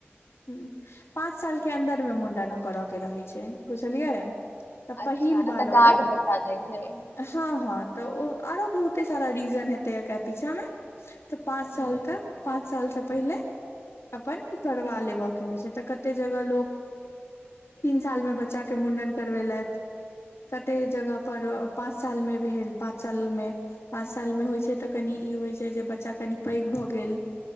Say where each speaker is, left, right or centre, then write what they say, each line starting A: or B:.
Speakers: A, on the left; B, on the left.
A: पाँच साल के अन्दरमे मुंनडनो कर के रहै छै बुझलियै तऽ
B: अच्छा
A: पहिल
B: नहि
A: बाल
B: तऽ
A: ओकरा
B: गाँठ बता दै छै हूँ
A: हँ हँ तऽ ओ आरो बहुते सारा रीजन हेते एकरा पीछा में तऽ पाँच
B: हूँ
A: साल तक पाँच साल से पहिले अपन करवा लेबऽ के होइ छै तऽ कते जगह लोक तीन सालमे बच्चाके मुण्डन करवेलैथ कते जगह पर पाँच साल मे भेल पाँच साल मे पाँंच साल में
B: हूँ
A: होइ छै तऽ कनि ई होइ छै जे बच्चा कनि पैघ भऽ गेल